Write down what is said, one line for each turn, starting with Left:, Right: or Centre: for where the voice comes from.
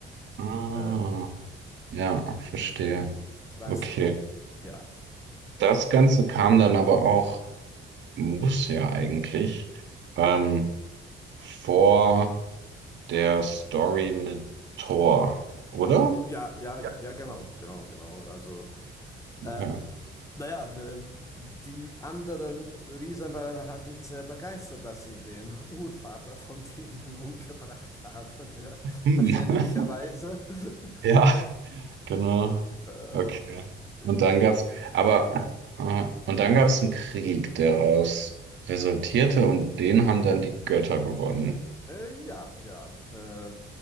Right: ah,
Left: Äh,
Right: ja, verstehe.
Left: was?
Right: Okay.
Left: Ja,
Right: Das Ganze kam dann aber auch, muss ja eigentlich, ähm, vor der Story mit Thor, oder?
Left: ja, ja,
Right: Ja.
Left: ja, genau, genau, genau. Also, äh,
Right: Okay.
Left: naja, d- die anderen Riesen waren halt nicht sehr begeistert, dass sie den <laughs> Urvater von denen <laughs> umgebracht haben, ja,
Right: Hm.
Left: verständlicherweise.
Right: <laughs>
Left: <laughs>
Right: Ja, <laughs> genau.
Left: Äh,
Right: Okay.
Left: ja.
Right: Und dann gab's, aber äh, und dann gab's einen Krieg, der daraus resultierte und den haben dann die Götter gewonnen.
Left: Äh, ja, ja. Äh,